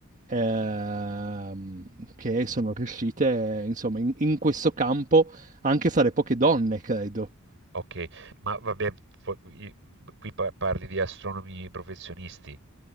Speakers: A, on the right (about 35°); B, on the right (about 60°).
A: ehm, che sono riuscite, insomma, in, in questo campo, anche fra le poche donne, credo.
B: Ok, ma vabbè, fo- i- qui pa- parli di astronomi professionisti,